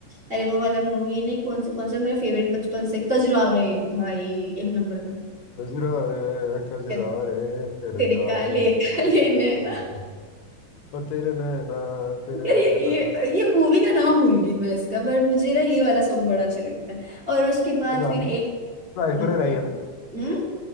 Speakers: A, on the right (about 20°); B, on the left (about 80°).
A: अरे वो वाला मूवी नहीं कौन से कौन सा मेरा फेवरेट बचपन से कजरारे भाई एक नंबर का
B: कजरा रे कजरा
A: ते,
B: रे तेरे
A: तेरे
B: कारे
A: काले
B: कारे
A: काले नैना
B: और तेरे नैना तेरे
A: यार ये
B: नैना
A: ये ये मूवी का नाम भूल गई मैं इसका बट मुझे ना ये वाला सॉन्ग बड़ा अच्छा लगता है और उसके बाद
B: राय
A: फिर एक
B: ऐश्वर्या
A: हम्म
B: राय है ना
A: हम्म?